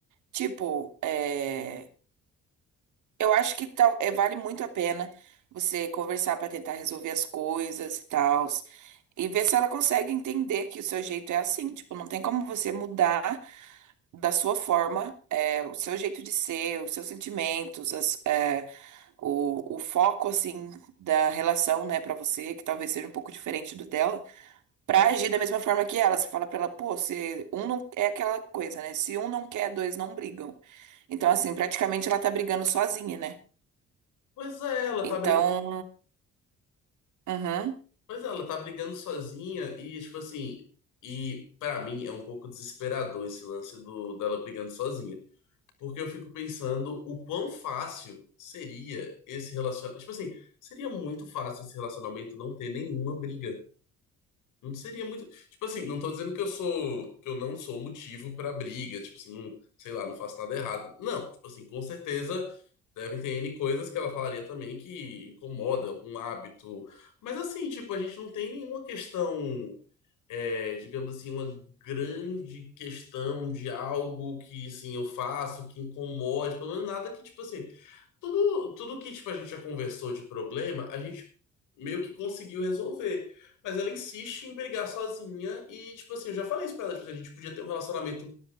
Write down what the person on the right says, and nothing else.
Tipo, é, eu acho que tal, é, vale muito a pena você conversar pra tentar resolver as coisas e tal. E ver se ela consegue entender que o seu jeito é assim. Tipo, não tem como você mudar da sua forma, é, o seu jeito de ser, os seus sentimentos, as- é, o, o foco assim da relação, né, pra você, que talvez seja um pouco diferente do dela, pra agir da mesma forma que ela. Você fala pra ela, pô, se um não é aquela coisa, né? Se um não quer, dois não brigam. Então, assim, praticamente ela tá brigando sozinha, né?
Então,
uhum,